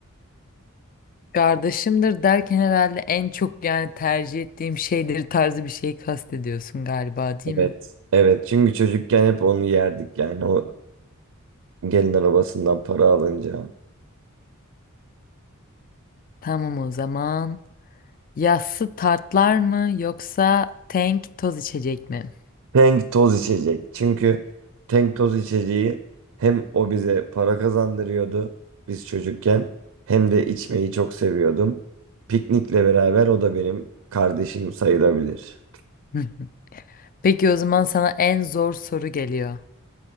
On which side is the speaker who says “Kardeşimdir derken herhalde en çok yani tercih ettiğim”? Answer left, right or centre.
Left